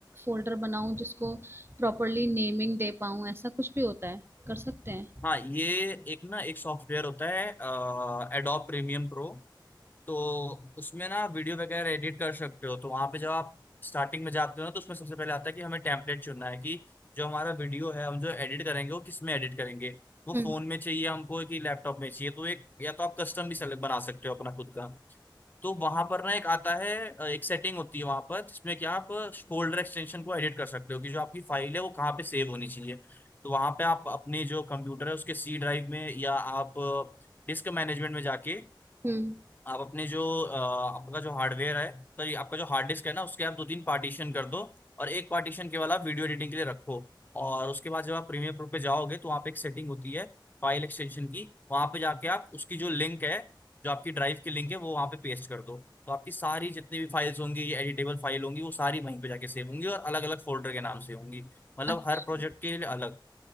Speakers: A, on the right (about 30°); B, on the left (about 20°).
A: फोल्डर बनाऊं जिसको प्रॉपरली नेमिंग दे पाऊं ऐसा कुछ भी होता है कर सकते हैं
B: हाँ ये एक ना एक सॉफ्टवेयर होता है एडोब प्रीमियम प्रो तो उसमें ना वीडियो वगैरह एडिट कर सकते हो तो वहां पे जब आप स्टार्टिंग में जाते हो ना तो उसमें सबसे पहले आता है कि हमें टेम्पलेट चुनना है कि जो हमारा वीडियो है हम जो एडिट करेंगे वो किस में एडिट करेंगे वो
A: हम्म
B: फोन में चाहिए हमको कि लैपटॉप में चाहिए तो एक या तो आप कस्टम भी सेलेक्ट बना सकते हो अपना खुद का तो वहां पर ना एक आता है अ, एक सेटिंग होती है वहां पर जिसमें कि आप फोल्डर एक्सटेंशन को एडिट कर सकते हो कि जो आपकी फाइल है वो कहाँ पे सेव होनी चाहिए तो वहां पे आप अपने जो कंप्यूटर है उसके सी ड्राइव में या आप डिस्क मैनेजमेंट में जाके
A: हम्म
B: आप अपने जो अ, आपका जो हार्डवेयर है सॉरी आपका जो हार्ड डिस्क है ना उसके आप दो तीन पार्टीशन कर दो और एक पार्टीशन केवल आप वीडियो एडिटिंग के लिए रखो और उसके बाद जब आप प्रीमियर प्रो पे जाओगे तो वहाँ पे एक सेटिंग होती है फाइल एक्सटेंशन की वहाँ पे जाके आप उसकी जो लिंक है जो आपकी ड्राइव की लिंक है वो वहाँ पे पेस्ट कर दो तो आपकी सारी जितनी भी फाइल्स होंगी ये एडिटेबल फाइल होंगी वो सारी वहीं पे जाके सेव होंगी और अलग अलग फोल्डर के नाम से होंगी मतलब
A: अच्छा
B: हर प्रोजेक्ट के लिए अलग